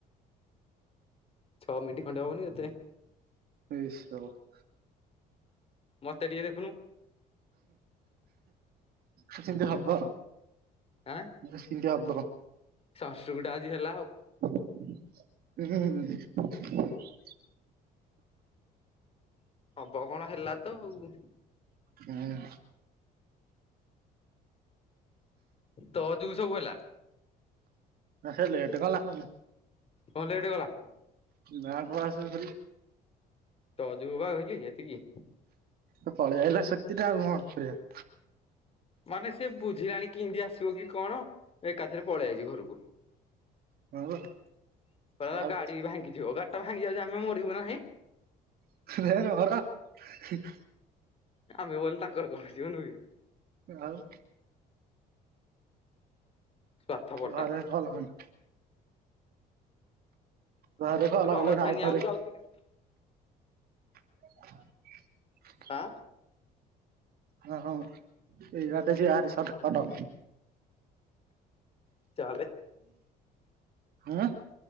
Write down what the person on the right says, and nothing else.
<unintelligible>
ସେନ୍ତି ହବ ଆଉ।
ସେନ୍ତି ହବ।
ହୁଁ।
ହୁଁ।
ସେ ଲେଟ୍ କଲା ଆଉ।
ବ୍ୟାଙ୍କରୁ ଆସିବୁ ଖାଲି
ସେ ପଳେଇଆଇଲା <unintelligible> ଆଉ କଣ କରିବା।
ହଁ ବା
ଆଉ
<unintelligible>
ଆଉ
ଘରେ
କଲ କଲେଣି। ଘରେ କଲ୍
କଲେ।
<unintelligible>
<inaudible>
ଅ ହଁ ଏଇ ବାଟେ ଆ ଭାରି ସଟ କଟ।
ଆଁ